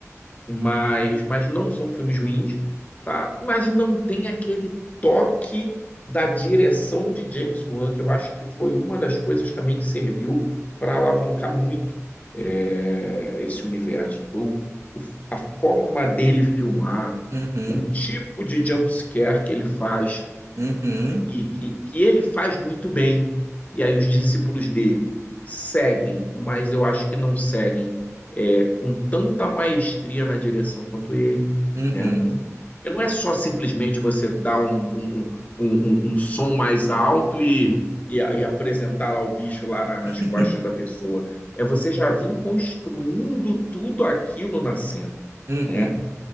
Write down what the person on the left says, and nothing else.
mas, mas não são filmes ruins, tá? Mas não tem aquele toque da direção de James Wan, que eu acho que foi uma das coisas também que serviu para alavancar muito é, esse universo. Foi o- o- a forma dele filmar,
o tipo de jump scare que ele faz
que, que, que ele faz muito bem, e aí os discípulos dele seguem, mas eu acho que não seguem é, com tanta maestria na direção quanto ele.
Né? Porque não é só simplesmente você dar um, um, um, um um um som mais alto e, e, e, apresentar lá o bicho lá na, nas
costas da pessoa. É você já vir construindo tudo aquilo na cena.
Né?